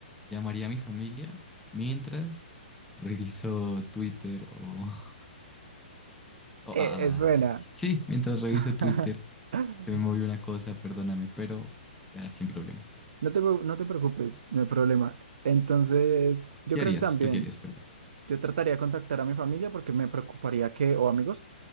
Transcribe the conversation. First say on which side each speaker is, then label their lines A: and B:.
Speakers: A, in the centre; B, on the right (about 60°).
A: llamaría a mi familia mientras reviso Twitter o... <laughs> o-
B: Eh,
A: ay,
B: es buena.
A: sí, mientras reviso
B: <laughs>
A: Twitter. Se me movió una cosa, perdóname, pero ya sin problema.
B: No te, preo- no te preocupes, no hay problema. Entonces, yo
A: ¿Qué
B: creo
A: harías?
B: que también
A: ¿Tú qué harías? Perdón.
B: yo trataría de contactar a mi familia porque me preocuparía que, o amigos,